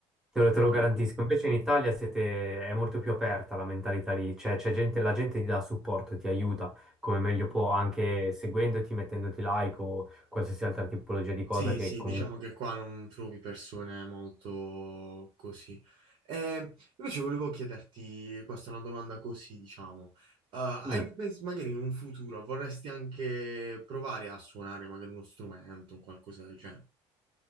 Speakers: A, in the centre; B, on the right.
A: Te lo, te
B: capito.
A: lo garantisco. Invece in Italia siete- è molto più aperta la mentalità lì, cioè c'è gente, la gente ti dà supporto, ti aiuta come meglio può,
B: Mm.
A: anche
B: mm.
A: seguendoti, mettendoti like o qualsiasi altra tipologia di cosa
B: Sì,
A: che
B: sì,
A: comunque...
B: diciamo che qua non trovi persone molto così. Eh, invece volevo chiederti, questa è una domanda così, diciamo, eh, hai
A: Mm.
B: mai pens- magari in un futuro vorresti anche provare a suonare magari uno strumento o qualcosa del genere?